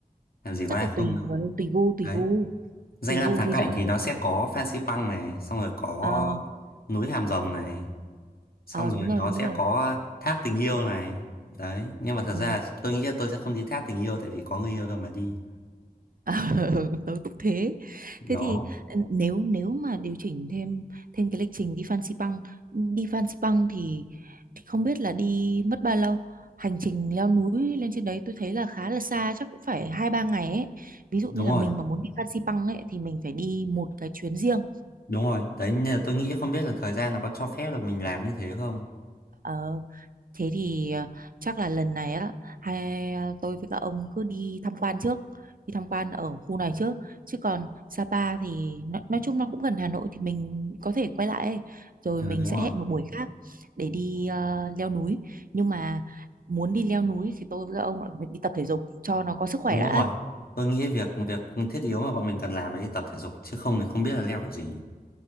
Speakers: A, on the left; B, on the right.
A: Làm gì
B: chắc
A: có ai
B: là
A: không
B: tùy
A: đâu.
B: người tùy gu tùy
A: đấy
B: gu
A: Danh
B: tùy
A: lam
B: gu
A: thắng
B: ví
A: cảnh
B: dụ
A: thì nó sẽ có Fansipan Pang này, xong rồi có
B: ờ
A: núi Hàm Rồng này, xong
B: ờ
A: rồi
B: đúng rồi
A: nó
B: đúng
A: sẽ
B: rồi
A: có thác tình yêu này. Đấy, nhưng mà thật
B: Ừ.
A: ra tôi nghĩ là tôi sẽ không đi thác tình yêu tại vì có người yêu đâu mà đi.
B: Ờ, <laughs> tôi cũng thế.
A: Đó,
B: Thế thì ừ, nếu nếu mà điều chỉnh thêm thêm cái lịch trình đi Fansipan, đi Fansipan thì, thì không biết là đi mất bao lâu. Hành trình leo núi lên trên đấy tôi thấy là khá là xa, chắc cũng phải hai ba ngày ấy. Ví dụ
A: đúng
B: như là
A: rồi,
B: mình mà muốn đi Fansipan ấy thì mình phải đi một cái chuyến riêng.
A: đúng rồi. Đấy, nên là tôi nghĩ không biết là thời gian nó có cho phép là mình làm như thế không.
B: Ờ, Thế thì ờ, chắc là lần này á hai ờ, tôi với các ông cứ đi tham quan trước, đi tham quan ở khu này trước chứ còn Sapa thì nó, nói chung nó cũng gần Hà Nội thì mình có thể quay lại ấy. Rồi
A: Ờ,
B: mình
A: đúng
B: sẽ
A: rồi,
B: hẹn một buổi khác để đi ờ, leo núi. Nhưng mà muốn đi leo núi thì tôi với các ông lại phải đi tập thể dục cho nó có sức khỏe
A: đúng
B: đã.
A: rồi. Tôi nghĩ việc việc thiết yếu mà bọn mình cần làm là đi tập thể dục chứ không thì không biết là leo kiểu gì.